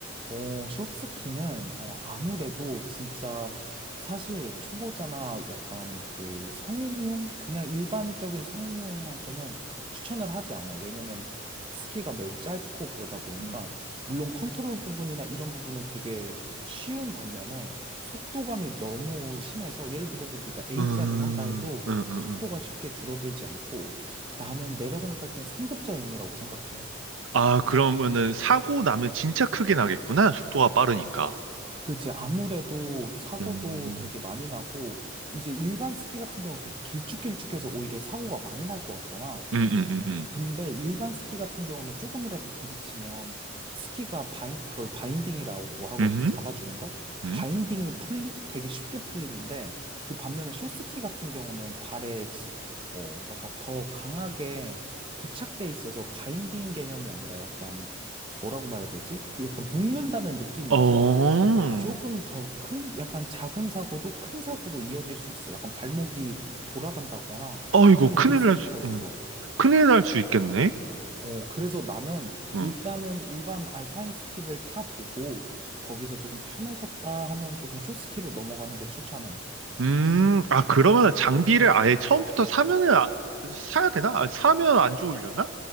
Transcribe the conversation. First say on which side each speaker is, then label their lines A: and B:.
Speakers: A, on the right (about 25°); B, on the right (about 80°).
A: 어, 쇼스키는 어, 아무래도 진짜 사실 초보자나 약간 그 성인용? 그냥 일반적인 성인용한테는 추천을 하지 않아. 왜냐면 스키가 매우 짧고 그러다 보니까
B: 음,
A: 물론 컨트롤 부분이나 이런 부분은 되게 쉬운 반면에 속도감이 너무 심해서 예를 들어서 네가 A자를
B: 음,
A: 한다
B: 음,
A: 해도
B: 음. 음.
A: 속도가 쉽게 줄어들지 않고 나는 내가 생각할 땐 상급자용이라고 생각해.
B: 아, 그러면은 사고 나면 진짜 크게 나겠구나. 속도가 빠르니까.
A: 그지. 아무래도 사고도
B: 음,
A: 되게 많이 나고, 이제 일반 스키 같은 경우는 되게 길쭉길쭉해서 오히려 사고가 많이 날 것 같잖아.
B: 음, 음, 음, 음.
A: 근데 일반 스키 같은 경우는 조금이라도 부딪히면 스키가 바인, 그걸 바인딩이라고 하거든.
B: 음,
A: 잡아주는 걸.
B: 음.
A: 바인딩이 풀리, 되게 쉽게 풀리는데, 그 반면에 숏스키 같은 경우는 발에, 시- 어, 약간 더 강하게 부착돼 있어서 바인딩 개념이 아니라 약간, 뭐라고 말해야 되지? 그 약간 묶는다는 느낌이어서,
B: 어.
A: 조금 더 큰, 약간 작은 사고도 큰 사고로 이어질 수 있어. 약간 발목이 돌아간다거나
B: 어이구,
A: 조금
B: 큰일
A: 리스크가
B: 날 수,
A: 있어.
B: 응. 큰일 날 수 있겠네?
A: 어, 그래서 나는
B: 응.
A: 일단은 일반 알파인 스키를 타보고 거기서 조금 편해졌다 하면 조금 숏스키로 넘어가는 걸 추천해.
B: 음, 아, 그러면 장비를 아예 처음부터 사면은, 아- 사야 되나? 아, 사면 안 좋으려나?